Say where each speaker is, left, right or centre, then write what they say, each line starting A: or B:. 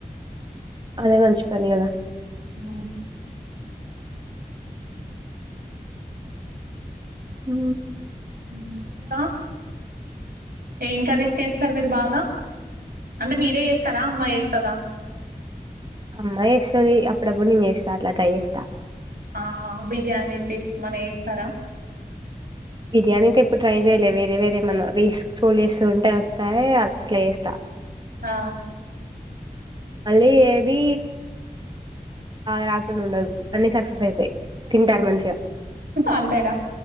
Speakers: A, on the right (about 30°); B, on the right (about 90°).
A: అదే మంచిపని గద
B: ఉ
A: హ
B: ఉ క ఏం కర్రీ చేస్తారు మీరు బాగా అంటే మీరే చేస్తారా అమ్మా చేస్తద
A: అమ్మా చేస్తుది అప్పుడప్పుడు నేను చేస్తా అట్లా ట్రై చేస్తా
B: ఆ బిర్యానీస్ ఇట్ మన చేస్తారా
A: బిర్యానీ అయితే ఎప్పుడు ట్రై చేయలేదు వేరే వేరే మన రీల్స్ స్క్రోల్ చేస్తు ఉంటే వస్తాయి అట్లా చేస్తా
B: ఆాా
A: మళ్ళీ ఏది బాగా రాకుండా ఉండదు అన్ని సక్సెస్ అవుతాయి తింటారు మంచిగా
B: ఊహు అంతేనా